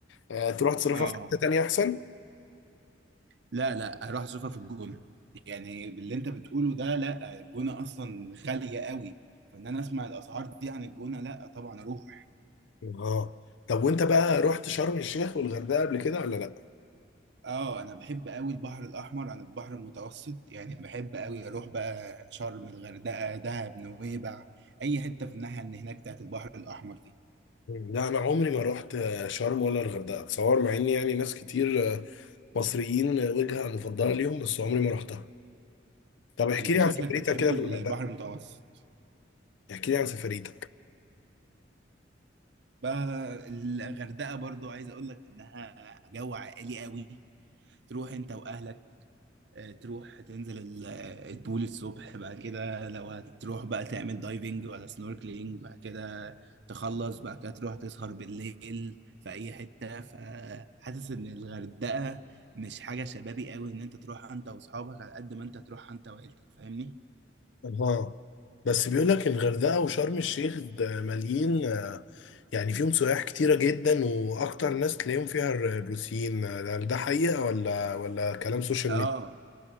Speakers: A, on the left; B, on the right.
A: آه. تروح تصرفها
B: اه
A: في حته تانيه احسن
B: لا لا هروح اصرفها في الجونة يعني اللي انت بتقوله ده لا الجونة اصلا غالية قوي فان انا اسمع الاسعار دي عن الجونة لا طبعا اروح
A: اه طب وانت بقى رحت شرم الشيخ والغردقه قبل كده ولا لا
B: اه انا بحب قوي البحر الاحمر عن البحر المتوسط يعني بحب قوي اروح بقى شرم الغردقة دهب نويبع اي حتة في الناحية اللي هناك بتاعت البحر الاحمر دي
A: لا انا عمري ما رحت شرم ولا الغردقه اتصور مع ان يعني ناس كتير مصريين وجهه مفضله ليهم بس عمري ما رحتها طب احكي
B: انت
A: لي
B: شكلك
A: عن سفريتك
B: بتحب
A: كده
B: البحر
A: في الغردقه
B: المتوسط
A: احكي لي عن سفريتك
B: بقى الغردقه برضو عايز اقول لك انها جو عائلي قوي تروح انت واهلك آه، تروح تنزل ال- آه، البول الصبح بعد كده لو هتروح بقى تعمل دايفنج ولا سنوركلينج بعد كده تخلص بعد كده تروح تسهر بالليل في اي حته فحاسس ان الغردقه مش حاجه شبابي قوي ان انت تروح انت واصحابك على قد ما انت تروح انت وعيلتك فاهمني
A: اها بس بيقول لك الغردقه وشرم الشيخ ده مليين آه، يعني فيهم سياح كتيره جدا واكتر ناس تلاقيهم فيها الروسيين ده ده حقيقه ولا ولا كلام سوشيال
B: اه
A: ميديا